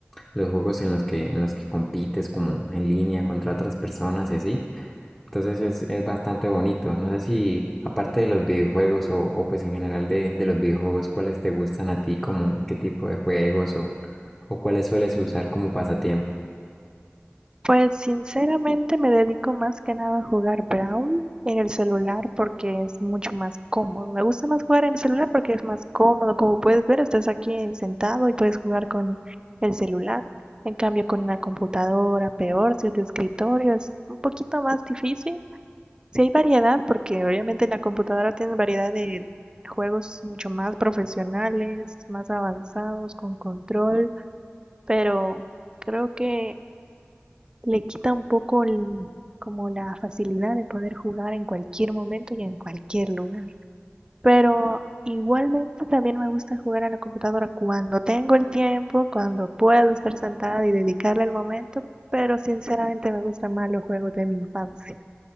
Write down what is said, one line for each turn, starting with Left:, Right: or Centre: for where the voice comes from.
Left: los juegos en los que, en los que compites como en línea contra otras personas y así. Entonces es, es bastante bonito. No sé si, aparte de los videojuegos o, o pues en general de, de los videojuegos, ¿cuáles te gustan a ti? Como qué tipo de juegos o, o cuáles sueles usar como pasatiempo?
Right: Pues sinceramente me dedico más que nada a jugar Brawl en el celular porque es mucho más cómodo. Me gusta más jugar en el celular porque es más cómodo. Como puedes ver, estás aquí sentado y puedes jugar con el celular. En cambio, con una computadora, peor, si es de escritorio, es un poquito más difícil. Si hay variedad, porque obviamente en la computadora tienes variedad de juegos mucho más profesionales, más avanzados, con control, pero creo que le quita un poco el- como la facilidad de poder jugar en cualquier momento y en cualquier lugar. Pero igualmente también me gusta jugar a la computadora cuando tengo el tiempo, cuando puedo estar sentada y dedicarle el momento, pero sinceramente me gustan más los juegos de mi infancia.